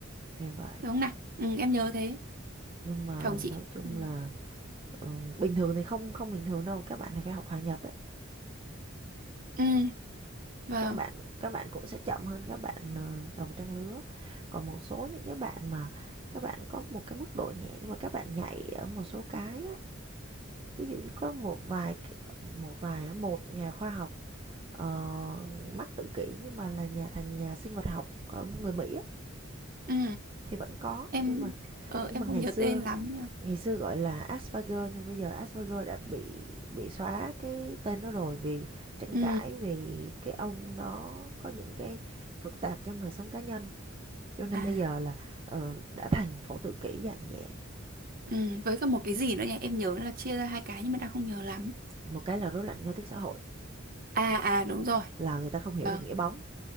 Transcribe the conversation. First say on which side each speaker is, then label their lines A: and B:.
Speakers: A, on the right (about 25°); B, on the right (about 45°).
A: thì vậy.
B: đúng không nào? Ừ, em nhớ thế,
A: Nhưng mà
B: phải không chị?
A: nói chung
B: Ừ,
A: là ừ, bình thường thì không không bình thường đâu, các bạn thì phải học hòa nhập đấy.
B: ừ, vâng.
A: Các bạn các bạn cũng sẽ chậm hơn các bạn ờ, đồng trang lứa. Còn một số những cái bạn mà các bạn có một cái mức độ nhẹ nhưng mà các bạn nhạy ở một số cái á, ví dụ như có một vài một vài á, một nhà khoa học ờ, mắc tự kỷ nhưng mà là nhà thành nhà sinh vật học ở người Mỹ á
B: Ừ,
A: thì vẫn có
B: em,
A: nhưng mà
B: ờ,
A: nhưng
B: em
A: mà
B: không
A: ngày
B: nhớ
A: xưa
B: tên lắm nhưng mà...
A: ngày xưa gọi là Asperger nhưng bây giờ Asperger đã bị bị xóa cái tên nó rồi vì tranh
B: Ừ,
A: cãi vì cái ông nó có những cái phức tạp trong đời sống cá nhân cho nên
B: à.
A: bây giờ là ờ, đã thành phổ tự kỷ dạng nhẹ
B: Ừ, với cả một cái gì nữa nhỉ? Em nhớ là chia ra hai cái nhưng mà đang không nhớ lắm.
A: một cái là rối loạn giao tiếp xã hội
B: À à đúng rồi.
A: là người ta không hiểu
B: Vâng.
A: được nghĩa bóng